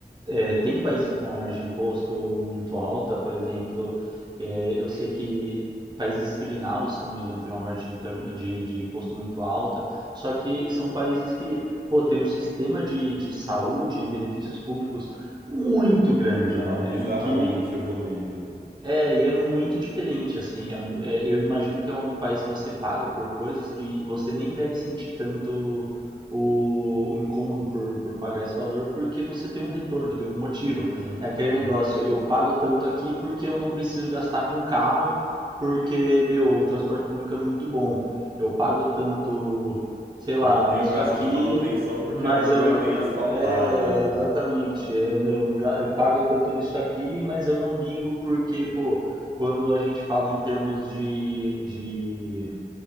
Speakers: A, on the right (about 25°); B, on the right (about 65°).
A: é, tem países com uma margem de imposto muito alta, por exemplo, é, eu sei que países escandinavos, se eu não me engano, tem uma margem de, retorno, de, de imposto muito alta, só que são países que, pô, tem um sistema de, de saúde e benefícios públicos muito grande,
B: Não,
A: né?
B: bizarramente
A: E que
B: evoluído.
A: é, e é muito diferente, assim. é um- é- eu imagino que é um país que você paga por coisas que você nem deve sentir tanto o, o incômodo por, por pagar esse valor, porque você tem um retorno, tem um motivo.
B: Uhum.
A: É aquele Uhum. negócio, eu pago tanto aqui porque eu não preciso gastar com carro, porque meu transporte público é muito bom. Eu pago tanto, sei lá,
B: Eu não tenho
A: nisso
B: gasto
A: aqui,
B: de manutenção porque
A: mas
B: a rua
A: eu não.
B: é bem asfaltada,
A: É,
B: né?
A: exatamente. Eu, não- eu, ga- eu pago tanto nisso aqui, mas eu não ligo porque, pô, quando a gente fala em termos de, de,